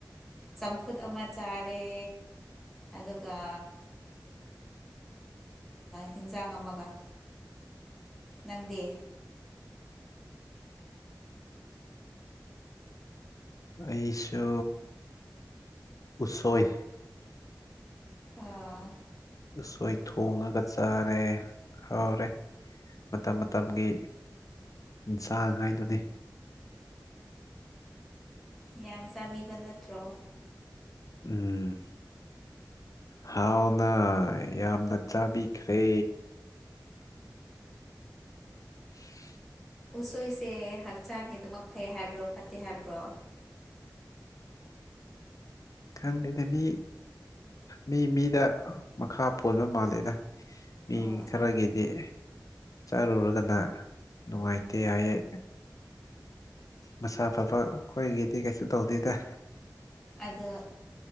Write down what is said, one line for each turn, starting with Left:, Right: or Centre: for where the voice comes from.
Centre: ꯆꯝꯐꯨꯠ ꯑꯃ ꯆꯥꯔꯦ ꯑꯗꯨꯒ ꯌꯦꯟꯁꯥꯡ ꯑꯃꯒ ꯅꯪꯗꯦ
Left: ꯑꯩꯁꯨ ꯎꯁꯣꯏ
Centre: ꯑꯥ
Left: ꯑꯁꯣꯏ ꯊꯣꯡꯉꯒ ꯆꯥꯔꯦ ꯍꯥꯎꯔꯦ ꯃꯇꯝ ꯃꯇꯝꯒꯤ ꯌꯦꯟꯁꯥꯡ ꯍꯥꯏꯗꯨꯗꯤ
Centre: ꯑ ꯌꯥꯝ ꯆꯥꯕꯤꯕ ꯅꯠꯇ꯭ꯔꯣ
Left: ꯎꯝ ꯍꯥꯎꯅ ꯌꯥꯝꯅ ꯆꯥꯕꯤꯈ꯭ꯔꯦ <inaudible>
Centre: ꯎꯁꯣꯏꯁꯦ ꯍꯛꯆꯥꯡꯒꯤ ꯑꯗꯨꯃꯛ ꯐꯩ ꯍꯥꯏꯕ꯭ꯔꯣ ꯐꯠꯇꯦ ꯍꯥꯏꯕ꯭ꯔꯣ
Left: ꯈꯪꯗꯦꯅꯦ ꯃꯤ ꯃꯤ ꯃꯤꯗ ꯃꯈꯥ ꯄꯣꯟꯕ ꯃꯥꯜꯂꯦꯗ ꯃꯤ
Centre: ꯑꯣ
Left: ꯈꯔꯒꯤꯗꯤ ꯆꯥꯔꯨꯔꯒꯅ ꯅꯨꯡꯉꯥꯏꯇꯦ ꯍꯥꯏꯌꯦꯦ ꯃꯁꯥ ꯐꯕ ꯑꯩꯈꯣꯏꯒꯤꯗꯤ ꯀꯩꯁꯨ ꯇꯧꯗꯦꯗ
Centre: ꯑꯗꯣ